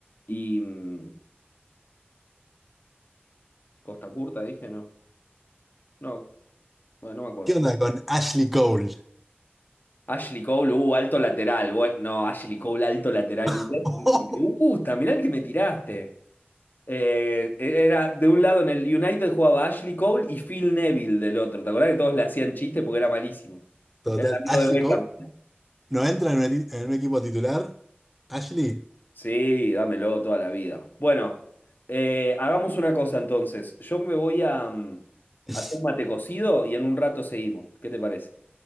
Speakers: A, on the left (about 55°); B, in the centre.
A: y mm, Costa Curta, dije, no. No, bueno, no me acuerdo.
B: ¿Qué onda con Ashley Cole?
A: Ashley Cole, uh, alto lateral. Bueno, no, Ashley Cole, alto lateral
B: <laughs>
A: inglés. Me gusta, mirá el que me tiraste. Eh, e-, era de un lado en el United jugaba Ashley Cole y Phil Neville del otro. ¿Te acordás que todos le hacían chiste porque era malísimo?
B: Total,
A: Era el amigo
B: Ashley
A: de
B: Cole
A: Beckham.
B: no entra en un, eti- en un equipo titular. Ashley,
A: Sí, dámelo toda la vida. Bueno, eh, hagamos una cosa entonces. Yo me voy a mm,
B: <laughs>
A: hacer un mate cocido y en un rato seguimos. ¿Qué te parece?